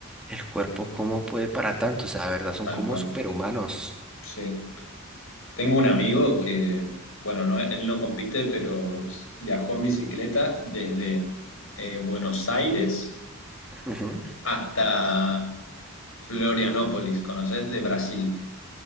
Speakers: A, in the centre; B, on the left.
A: el cuerpo cómo puede para tanto, o sea, de verdad son
B: tal
A: como
B: cual,
A: superhumanos.
B: sí. Tengo un amigo que, bueno, no, él no compite, pero s- viajó en bicicleta desde eh, Buenos Aires
A: Ujú.
B: hasta Florianópolis, ¿conoces? De Brasil.